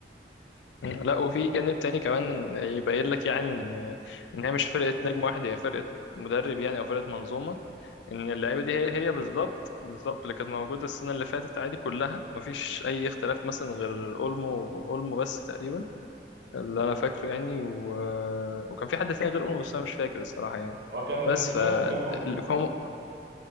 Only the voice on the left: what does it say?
لا وفي جانب تاني كمان يبين لك يعني ان ان هي مش فرقه نجم واحد هي فرقه مدرب يعني او فرقه منظومه ان اللعيبه دي هي هي بالظبط بالظبط اللي كانت موجوده السنه اللي فاتت عادي كلها مفيش اي اختلاف مثلا غير اولمو اولمو بس تقريبا اللي انا فاكره يعني و... وكان في حد تاني غير اولمو بس انا مش فاكر الصراحه يعني
بس
ف
اللي هم-